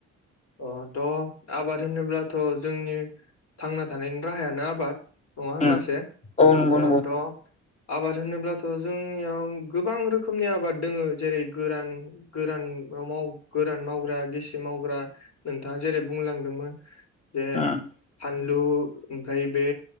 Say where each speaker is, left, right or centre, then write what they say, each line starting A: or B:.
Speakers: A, on the left; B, on the left.
A: अह थ' आबाद होनोब्लाथ' जोंनि थांना थानायनि राहायानो आबाद नङा होनबासो।
B: उम औ नंगौ
A: अ
B: नंगौ
A: थ' आबाद होनोब्लाथ' जोंनियाव गोबां रोखोमनि आबाद दोङो जेरै गोरान गोरान मा माव गोरान मावग्रा गिसि मावग्रा नोंथाङा जेरै बुंलांदोंमोन जे
B: उम
A: फानलु ओमफ्राय बे